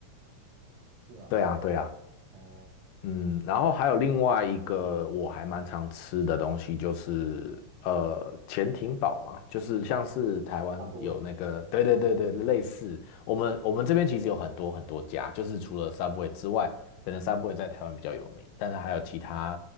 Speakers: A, on the right (about 75°); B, on the left (about 90°).
A: 是吗？
B: 对啊，对啊。
A: 哦，
B: 嗯，然后还有另外一个我还蛮常吃的东西，就是呃潜艇堡嘛，就是像是台湾有那个，
A: 大部位
B: 对对对对，类似我们我们这边其实有很多很多家，就是除了 Subway 之外，可能 Subway 在台湾比较有名，但是还有其他